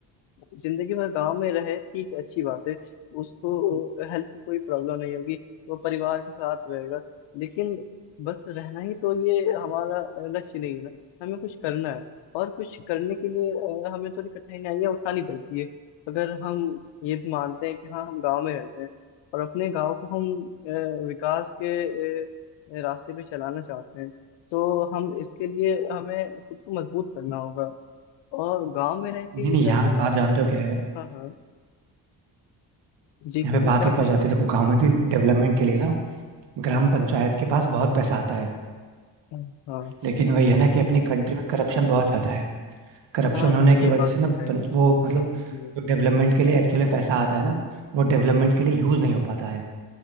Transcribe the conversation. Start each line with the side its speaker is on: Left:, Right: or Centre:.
Left: जिंदगी भर गांव में रहे ठीक है अच्छी बात है उसको हेल्थ की कोई प्रॉब्लम नहीं होगी वो परिवार के साथ रहेगा लेकिन बस रहना ही तो ये हमारा अ, लक्ष्य नहीं है ना हमें कुछ करना है और कुछ करने के लिए अ, हमें थोड़ी कठिनाइयाँ उठानी पड़ती है अगर हम ये मानते हैं कि हाँ हम गाँव में रहते हैं और अपने गाँव को हम अ, विकास के अ, रास्ते पे चलाना चाहते हैं तो हम इसके लिए हमें खुद को मजबूत करना होगा और गांव में रह के
Right: नहीं
Left: ये
Right: नहीं यहाँ
Left: करना
Right: पे बात जानते हो क्या है
Left: हाँ हाँ जी कहिए
Right: यहाँ पे बात
Left: क्या
Right: ये
Left: बात
Right: फंस जाती
Left: है
Right: है देखो गांव में भी डेवलपमेंट के लिए ना ग्राम पंचायत के पास बहुत पैसा आता है
Left: हाँ हाँ
Right: लेकिन वही है ना कि अपनी कंट्री में करप्शन बहुत ज्यादा है करप्शन
Left: हाँ
Right: होने
Left: हाँ, ये
Right: की वजह
Left: बात
Right: से ना
Left: तो है
Right: पं- वो मतलब
Left: हम्म,
Right: जो डेवलपमेंट के लिए एक्चुअली पैसा आता है ना वो डेवलपमेंट
Left: हम्म,
Right: के लिए यूज नहीं हो पाता है